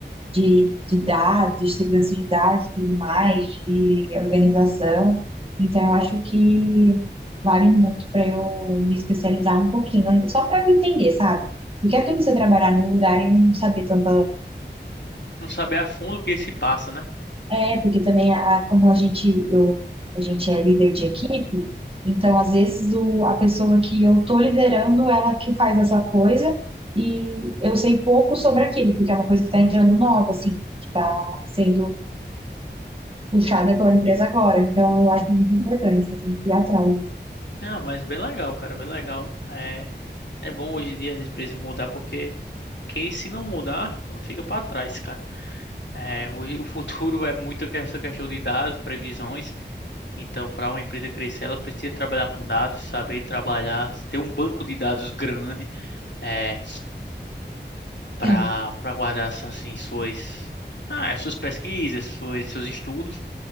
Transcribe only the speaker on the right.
de, de dados, de segurança de dados e tudo mais, de organização. Então, eu acho que vale muito para eu me especializar um pouquinho, só para eu entender, sabe? Porque é tudo você trabalhar num lugar e não saber tanto.
É, porque também a, como a gente, eu, a gente é líder de equipe, então às vezes o, a pessoa que eu tô liderando, ela que faz essa coisa e eu sei pouco sobre aquilo, porque é uma coisa que está entrando nova, assim, que está sendo puxada pela empresa agora. Então eu acho muito importante, que eu tenho que ir atrás disso.
Sim.